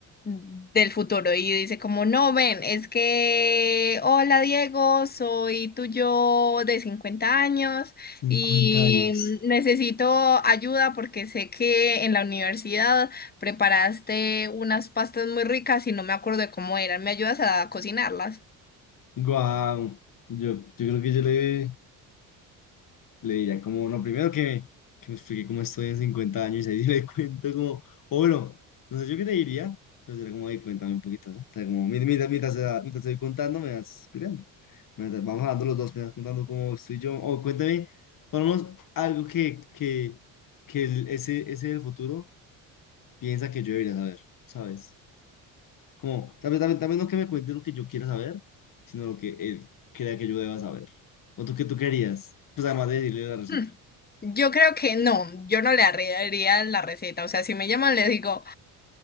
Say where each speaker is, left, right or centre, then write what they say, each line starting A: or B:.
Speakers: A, on the left; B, on the left.
A: del futuro y dice como, no, ven, es que, hola Diego, soy tu yo de 50 años
B: Cincuenta
A: y
B: años.
A: necesito ayuda porque sé que en la universidad preparaste unas pastas muy ricas y no me acuerdo de cómo eran, ¿me ayudas a cocinarlas?
B: Guau. Yo, yo creo que yo le, Le diría como, no, primero que, que me explique cómo estoy en 50 años y ahí <laughs> le cuento como, o bueno, no sé yo qué te diría, pero sería como, ahí cuéntame un poquito, ¿no? O sea, como, mi- mientras, mientras, te da- mientras te voy contando, me vas explicando. Mientras vamos hablando los dos, me vas contando cómo estoy yo, o cuéntame, ponemos algo que, que, que el- ese, ese del futuro piensa que yo debería saber, ¿sabes? Como, también, también, también no que me cuente lo que yo quiera saber, sino lo que él crea que yo deba saber. ¿O tú qué tú querías? Pues además de decirle la receta.
A: Hmm, Yo creo que no, yo no le arreglaría la receta, o sea, si me llaman les digo...